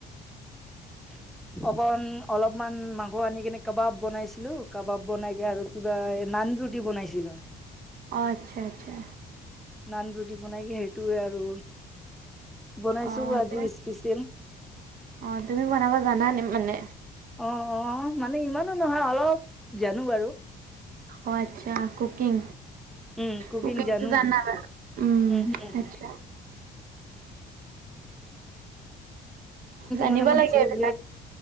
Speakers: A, in the centre; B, on the right.
A: <unintelligible> অকন অলপমান মাংস আনি কেনে কাবাব বনাইছিলো কাবাব বনাই কে আৰু কিবা। নান ৰুটি বনাইছিলো।
B: আচ্ছা-আচ্ছা,
A: নান ৰুটি বনাই কি সেইটোোৱে আৰু বনাইছো
B: অ
A: আজিও
B: তুমি
A: স্পেচিয়েল।
B: অ' তুমি বনাবা জানানে মানে।
A: অ-অ মানে ইমানো নহয় অলপ জানো বাৰু।
B: অ, আচ্ছা কুকিং
A: উম, কুকিং
B: কুকিংটো
A: জানো।
B: যানা ব উম,
A: কুকিংটো
B: আচ্ছা', জানিব
A: মানে মোৰ
B: লাগে
A: ফেভৰেট
B: এইবিলাক